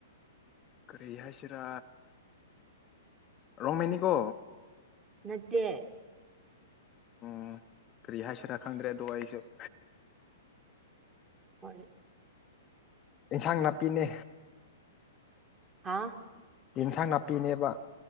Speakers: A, on the left; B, on the right.
A: ꯀꯔꯤ ꯍꯥꯏꯁꯤꯔꯥ ꯔꯣꯡꯃꯦꯅꯤ ꯀꯣ
B: ꯅꯠꯇꯦ
A: ꯎꯝ ꯀ꯭ꯔꯤ ꯍꯥꯏꯁꯤꯔꯥ ꯈꯪꯗ꯭ꯔꯦ ꯑꯗꯣ ꯑꯩꯁꯨ <unintelligible>
B: ꯍꯣꯏ
A: ꯏꯟꯁꯥꯡ ꯅꯥꯄꯤꯅꯦ
B: ꯍꯥ
A: ꯌꯦꯟꯁꯥꯡ ꯅꯥꯄꯤꯅꯦꯕ